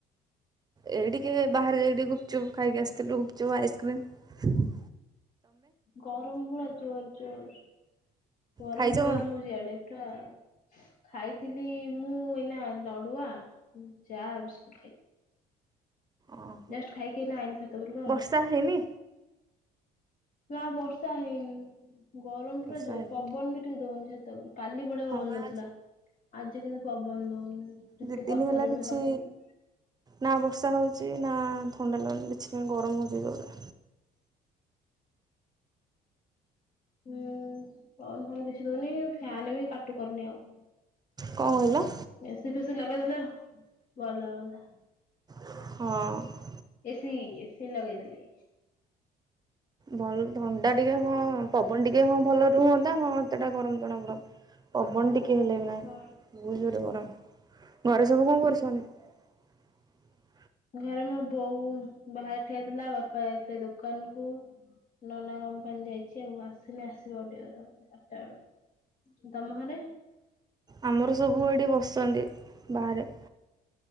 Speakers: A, on the right; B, on the left.
A: ଏଇ ଟିକେ ବାହାରେ ଯାଇକି ଟିକେ ଗୁପଚୁପ୍ ଖାଇକି ଆସିଥିଲୁ ଗୁପଚୁପ ଆଇସ୍କ୍ରିମ।
B: ଗରମ ପୁରା ଜୋର ଜୋର ଗରମ
A: ଖାଇଛ
B: ଜୋର
A: କଣ?
B: ହଉଚି ଇଆଡେ। ପୁରା ଖାଇଥିଲି ମୁଁ ଏଇନା ନଡୁଆ ଚା ବିସ୍କୁଟ ଖାଇଥିଲି।
A: ହଁ
B: ଜଷ୍ଟ ଖାଇକି ଏଇନା ଆଇଲି ଛାତ ଉପରକୁ ଆଉ।
A: ବର୍ଷା ହେଇନି?
B: ନା ବର୍ଷା ହେଇନି। ଗରମ
A: ବର୍ଷା
B: ପୁରା ଜୋରେ
A: ହେଇନି
B: ପବନ ବି ଟିକେ ଦଉନି ଛାତ ଉପରେକୁ। କାଲି ବଢିଆ
A: ହଁ
B: ପବନ
A: ପା
B: ଦଉଥିଲା
A: ଆଜି
B: ଆଜି କିନ୍ତୁ ପବନ ଦଉନି ଟିକେ
A: ଦି ଦିନ
B: ପତର
A: ହେଲା କିଛି
B: ବି ହଲୁନି।
A: ନା ବର୍ଷା ହେଉଚି ନା ଥଣ୍ଡା ଲାଗୁଚି କିଛିନାଇଁ ଗରମ ହେଉଚି ଜୋରେ।
B: ହୁଁ ପବନ ଫବନ କିଛି ଦଉନି ଫ୍ୟାନ ବି କାଟୁ କରୁନି ଆଉ।
A: କଣ କହିଲ?
B: ଏସି ଫେସି ଲଗେଇଦେଲେ ଭଲ ହୁଅନ୍ତା।
A: ହଁ।
B: ଏସି ଏସି ଲଗେଇଦେଲେ।
A: ଭଲ ଥଣ୍ଡା ଟିକେ ହଁ ପବନ ଟିକେ ହଁ ଭଲ ରୁହନ୍ତା ହଁ ହେତେଟା ଗରମ ଜଣା ପଡନ୍ତା ପବନ ଟିକେ ହେଲେ ବି ନାଇଁ
B: ହଁ।
A: ବୋହୁତୁ ଜୋରେ ଗରମ୍ ଘରେ ସବୁ କଣ କରୁଛନ୍ତି? <inaudible>
B: ଘରେ ମୋ ବୋଉ ବାହାରାରେ ଠିଆ ଥିଲା ବାପା ଯାଇଥିଲେ ଦୋକାନ କୁ। ନନା କମ୍ପାନୀ ଯାଇଛି ଆଉ ଆସନି ଆସିବା ଗୋ ଟେ ଆଠଟା ବେଳୁ। ତମ ହରେ?
A: ଆମର ସବୁ ଏଠି ବସନ୍ତି ବାହାରେ।